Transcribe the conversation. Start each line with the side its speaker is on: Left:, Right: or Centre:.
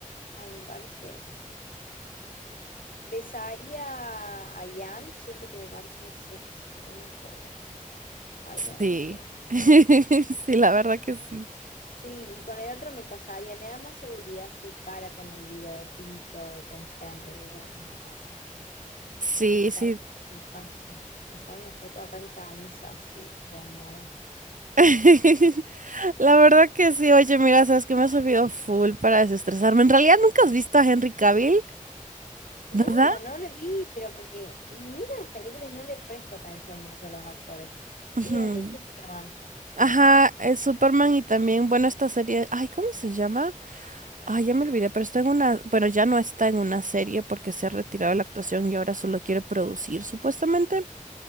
Left: ay, me parece, besaría a Ian, siento que me parece más sexy, como más fogoso. Ay, no,
Right: Sí.
Left: no sé.
Right: <laughs> Sí, la verdad que sí.
Left: Sí, y con el otro me casaría, me da más seguridad su cara con el bigotito, con Henry, digamos, me caso.
Right: Sí,
Left: Como que parece
Right: sí.
Left: un tipazo. Me sale una foto acá en camisa, así, bombonas.
Right: <laughs> La verdad que sí, oye, mira, sabes que me ha servido full para desestresarme. En realidad nunca has visto a Henry Cavill,
Left: No,
Right: ¿verdad?
Left: no le vi, pero porque miro las películas y no le presto atención mucho a los actores. Sí,
Right: Ujú.
Left: el de Superman.
Right: Ajá, es Superman y también, bueno, esta serie, ay, ¿cómo se llama? Ay, ya me olvidé, pero está en una, bueno, ya no está en una serie porque se ha retirado de la actuación y ahora solo quiere producir, supuestamente.